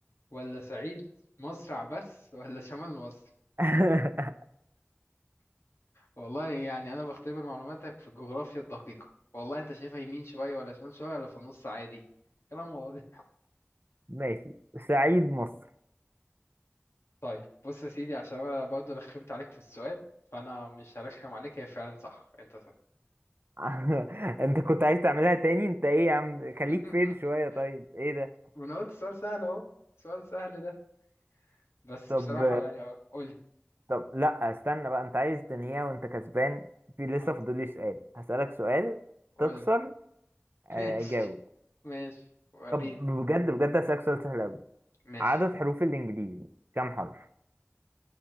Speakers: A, on the left; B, on the right.
A: ولا صعيد مصر عبس ولا شمال مصر؟
B: <laughs>
A: والله يعني أنا بختبر معلوماتك في الجغرافيا الدقيقة والله أنت شايفها يمين شوية ولا شمال شوية ولا في النص عادي كلام واضح
B: ماشي صعيد مصر
A: طيب بص يا سيدي عشان انا برضو رخمت عليك في السؤال فانا مش هرخم عليك هي فعلا صح انت صح
B: <laughs> انت كنت عايز تعملها تاني انت ايه يا عم خليك
A: <laughs>
B: فين شوية طيب ايه ده
A: وانا قلت سؤال سهل اهو سؤال سهل ده بس
B: طب
A: بصراحة يعني اه قولي
B: طب لا استنى بقى انت عايز تنهيها وانت كسبان في لسه
A: اه
B: فاضل لي سؤال هسألك سؤال
A: قولي
B: تخسر
A: <laughs>
B: آه،
A: ماشي
B: اجاوب
A: ماشي وريني
B: طب بجد بجد هسألك سؤال سهل قوي
A: ماشي
B: عدد حروف الانجليزي كام حرف